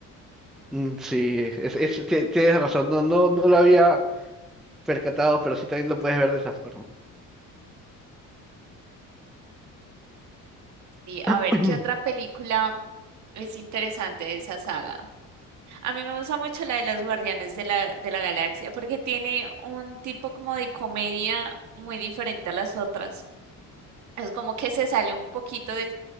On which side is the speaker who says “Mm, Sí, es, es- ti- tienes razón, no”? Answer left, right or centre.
Centre